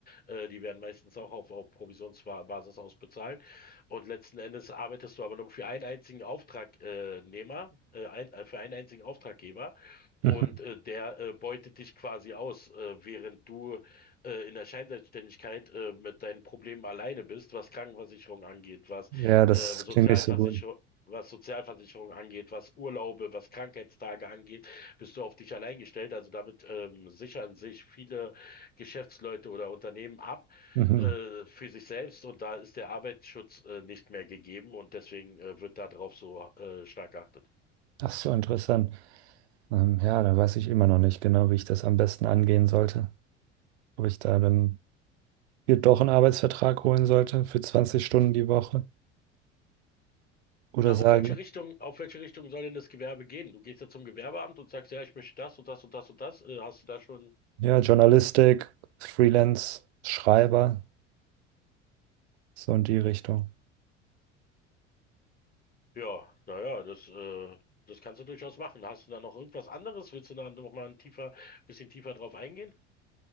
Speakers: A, on the left (about 25°); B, on the right (about 60°).
A: Äh, die werden meistens auch auf, auf Provisionsbasis ausbezahlt. Und letzten Endes arbeitest du aber nur für einen einzigen Auftragnehmer, äh, ein, äh, für einen einzigen Auftraggeber. Und
B: Mhm.
A: äh, der äh, beutet dich quasi aus, äh, während du äh, in der Scheinselbstständigkeit äh, mit deinen Problemen alleine bist, was Krankenversicherung angeht, was
B: Ja, das
A: äh, Sozialversicherung,
B: klingt nicht so gut.
A: was Sozialversicherung angeht, was Urlaube, was Krankheitstage angeht, bist du auf dich allein gestellt. Also damit ähm, sichern sich viele Geschäftsleute oder Unternehmen ab
B: Mhm.
A: äh, für sich selbst und da ist der Arbeitsschutz äh, nicht mehr gegeben und deswegen äh, wird darauf so äh, stark geachtet.
B: Ach so, interessant. Ähm, ja, da weiß ich immer noch nicht genau, wie ich das am besten angehen sollte. Ob ich da dann mir doch einen Arbeitsvertrag holen sollte für 20 Stunden die Woche oder
A: Na, auf
B: sage,
A: welche Richtung, auf welche Richtung soll denn das Gewerbe gehen? Du gehst ja zum Gewerbeamt und sagst, ja, ich möchte das und das und das und das. Äh, hast du da schon,
B: ja, Journalistik, Freelance, Schreiber, so in die Richtung.
A: ja, naja, das, äh, das kannst du durchaus machen. Hast du da noch irgendwas anderes? Willst du da noch mal ein tiefer, bisschen tiefer drauf eingehen?